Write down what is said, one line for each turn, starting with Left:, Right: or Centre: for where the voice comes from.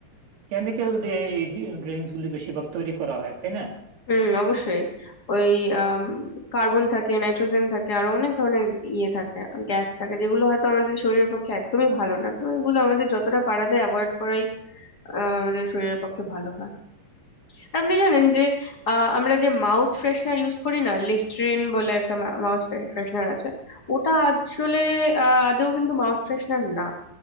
Right: কেমিক্যাল দিয়ে এই ড্রিঙ্কস গুলি বেশিরভাগ তৈরি করা হয় তাই না
Left: হুম অবশ্যই ওই কার্বন থাকে নাইট্রোজেন থাকে আরো অনেক ধরনের ইয়ে থাকে গ্যাস থাকে যেগুলো হয়তো আমাদের শরীরের পক্ষে একদমই ভালো না তো এগুলো আমাদের যতটা পারা যায় অ্যাভয়েড করাই আহ, আমাদের শরীরের পক্ষে ভালো হয় আপনি জানেন যে আহ, আমরা যে মাউথ ফ্রেশনার ইউজ করি না লিস্ট্রিন বলে একটা মাউথ ফ্রেশনার আছে ওটা আসলে আহ, আদৌ কিন্তু মাউথ ফ্রেশনার না